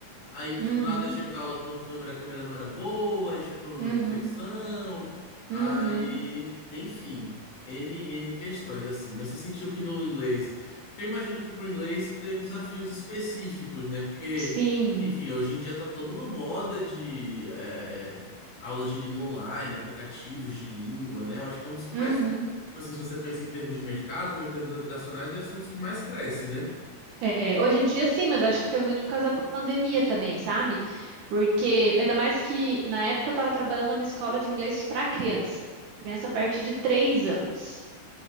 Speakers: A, on the left; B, on the right.
A: aí
B: uhum,
A: do nada tinha que dar aula com a câmera, a câmera não era boa, aí tinha um problema
B: uhum.
A: de conexão, aí,
B: Uhum,
A: enfim, N, N questões assim. Mas você sentiu que no inglês porque eu imagino que para o inglês teve desafios específicos, né? Porque,
B: sim.
A: enfim, hoje em dia tá toda uma moda de é, aulas de língua online, aplicativos de língua, né? Eu acho que é um dos que mais,
B: Uhum.
A: tipo assim, se você pensa em termos de mercado, não termos educacionais, deve ser um dos que mais cresce, né?
B: É, hoje em dia sim, mas eu acho que foi muito por causa da pandemia também, sabe? Porque, ainda mais que na época eu estava trabalhando numa escola de inglês para criança. Criança a partir de três anos.